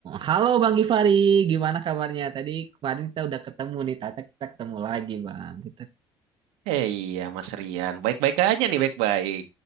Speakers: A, on the right; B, on the right.
A: Halo Bang Gifari, gimana kabarnya? Tadi kemarin kita udah ketemu nih, tata kita ketemu lagi Bang. Kita
B: Eh iya, Mas Rian. Baik-baik aja nih, baik-baik.